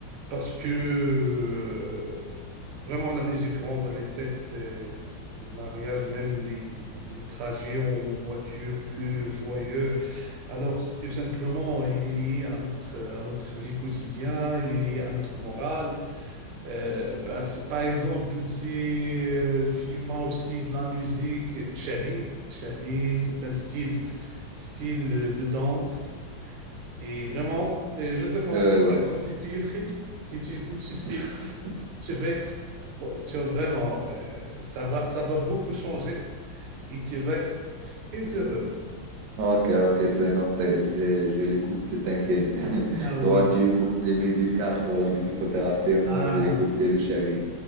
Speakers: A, on the right; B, on the right.
A: Parce que euh, vraiment, la musique rend les fêtes, euh, les mariages, même les, les- les- les trajets en voiture plus joyeux. Alors, c'est tout simplement, il est lié à notre, à notre vie quotidienne, il est lié à notre morale. Euh, par, par exemple, si euh, tu y fais aussi de la musique, shabi, shabi, c'est un style, style de danse. Et vraiment, euh, je te conseille,
B: Euh,
A: par
B: ouais.
A: exemple, si tu es triste, si tu écoutes ce style,
B: <laughs>
A: tu vas être, trop- tu vas vraiment, euh, ça va, ça va beaucoup changer et tu vas être très heureux.
B: Ok, ok, c'est noté. Je vais, je vais l'écouter, t'inquiète. <laughs>
A: Ah oui.
B: Toi, tu écoutes les musicales pour la musicothérapie, et moi,
A: Ah
B: je vais écouter
A: oui.
B: le Chavi.